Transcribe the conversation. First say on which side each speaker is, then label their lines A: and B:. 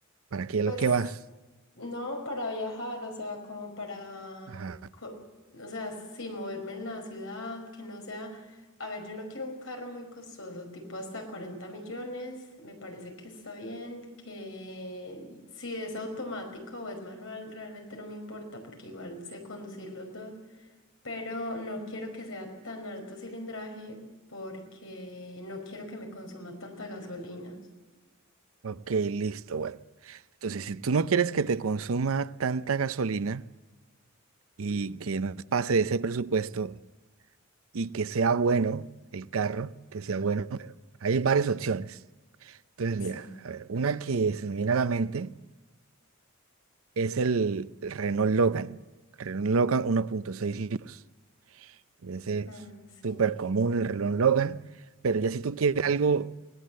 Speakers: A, on the right; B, on the left.
A: ¿Para qué
B: Pues
A: lo que vas?
B: no para viajar, o sea, como para,
A: Ajá.
B: mm, co- o sea, sí, moverme en la ciudad, que no sea, a ver, yo no quiero un carro muy costoso, tipo hasta 40 millones, me parece que está bien, que si es automático o es manual, realmente no me importa porque igual sé conducir los dos, pero no quiero que sea tan alto cilindraje porque no quiero que me consuma tanta gasolina.
A: Ok, listo, bueno. Entonces, si tú no quieres que te consuma tanta gasolina y que no pase de ese presupuesto y que sea bueno el carro, que sea bueno, hay varias opciones. Entonces,
B: Sí,
A: mira, a ver, una que se me viene a la mente. es el Renault Logan. El Renault Logan uno punto seis litros. Ese
B: ah,
A: es
B: sí.
A: súper común el Renault Logan. Pero ya si tú quieres algo